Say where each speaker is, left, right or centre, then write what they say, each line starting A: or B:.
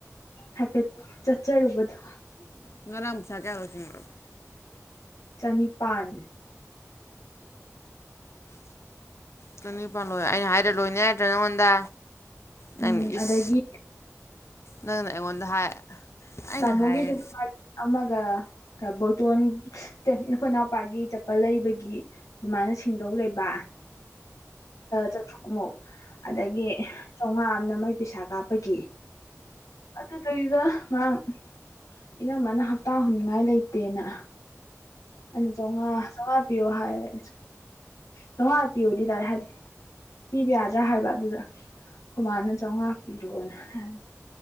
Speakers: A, on the left (about 80°); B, on the left (about 55°).
A: ꯍꯥꯏꯐꯦꯠ ꯆꯠꯆꯔꯨꯕꯗꯣ
B: ꯉꯥꯔꯪ ꯄꯩꯁꯥ ꯀꯌꯥ ꯂꯣꯏꯁꯤꯒ꯭ꯔꯕ
A: ꯆꯅꯤꯄꯥꯟ
B: ꯆꯅꯤꯄꯥꯥꯟꯜ ꯂꯣꯏ ꯑꯩꯅ ꯍꯥꯏꯗ꯭ꯔ ꯂꯣꯏꯅꯤ ꯍꯥꯏꯗ꯭ꯔ ꯅꯪꯉꯣꯟꯗ ꯅꯪꯅ
A: ꯎꯝ
B: ꯏꯁ
A: ꯑꯗꯒꯤ
B: ꯅꯪꯅ ꯑꯩꯉꯣꯟꯗ ꯍꯥꯏ ꯑꯩꯅ
A: ꯇꯃꯣꯒꯤꯁꯨ
B: ꯍꯥꯏ
A: ꯂꯨꯄ ꯂꯤꯁꯤꯡ ꯑꯃꯒ ꯕꯣꯏꯇꯣꯟ ꯅꯠꯇꯦ ꯏꯈꯣꯏ ꯏꯅꯥꯎꯄꯥꯒꯤ ꯆꯄꯜ ꯂꯩꯕꯒꯤ ꯑꯗꯨꯃꯥꯏꯅ ꯁꯤꯡꯗꯧ ꯂꯩꯕ ꯆꯥꯇ꯭ꯔꯨꯛꯃꯨꯛ ꯑꯗꯒꯤ ꯆꯧꯉꯥ ꯑꯃꯅ ꯃꯩ ꯄꯩꯁꯥ ꯀꯥꯞꯄꯒꯤ ꯑꯗꯨ ꯗꯩꯗ ꯉꯥꯡ ꯏꯅꯝꯃꯅ ꯍꯞꯇꯥ ꯍꯨꯅꯤꯡꯉꯥꯏ ꯂꯩꯇꯦꯅ ꯑꯅꯤ ꯆꯧꯉꯥ ꯆꯧꯉꯥ ꯄꯤꯌꯣ ꯍꯥꯏ ꯆꯧꯉꯥ ꯄꯤꯌꯣꯗꯤ ꯗꯥꯏꯔꯦꯛ ꯍꯥꯏꯗꯤ ꯄꯤꯕ ꯌꯥꯗ꯭ꯔꯥ ꯍꯥꯏꯕ ꯑꯗꯨꯗ ꯑꯈꯣꯏ ꯃꯥꯅ ꯆꯧꯉꯥ ꯄꯤꯔꯛꯣꯑꯣꯅ ꯍꯥꯏꯕ